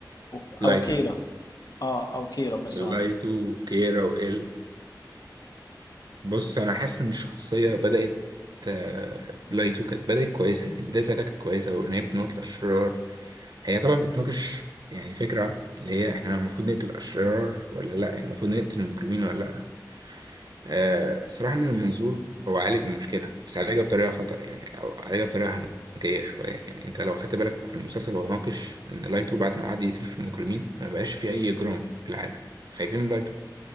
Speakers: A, on the left (about 55°); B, on the right (about 65°).
A: و-
B: لايتو
A: أو كيرا؟ آه أو كيرا مثلا
B: لايتو كيرا وال بص انا حاسس ان الشخصيه بدات آه، لايتو كانت بدات كويسه يعني البدايه بتاعتها كانت كويسه وان هي بتموت الاشرار هي طبعا بتناقش يعني فكره اللي هي احنا المفروض نقتل الاشرار ولا لا يعني المفروض نقتل المجرمين ولا لا آه صراحه من المنظور هو عالج المشكله بس عالجها بطريقه خطا يعني او عالجها بطريقه هنجيه شويه يعني انت لو اخدت بالك في المسلسل هو ناقش ان لايتو بعد ما قعد يقتل في المجرمين ما بقاش في اي اجرام في العالم خايفين من لايتو